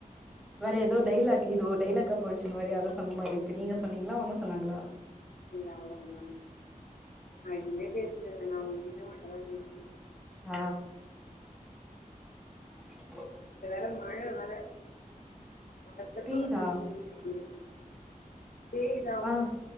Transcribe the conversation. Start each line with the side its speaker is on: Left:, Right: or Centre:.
Centre: வேற ஏதோ டைலாக் இது ஓரு டைலாக்கா போசுன்னு வேற யாரோ சொன்ன மாரி இருக்கு நீங்கசொன்னீங்ளா அவுங்க சொன்னாங்ளா
Left: இல்ல அவுங்க தா நா எதுவுமே பேசல நா உங்ககிட்ட மட்டு தா பேசிட்டு இருக்கே
Centre: ஆ அ
Left: இங்க வேற மழ வேற பலத்த
Centre: பேய்தா
Left: காற்றுடன் வீசிக் கொண்டிருக்கு ஏங்க
Centre: ஆ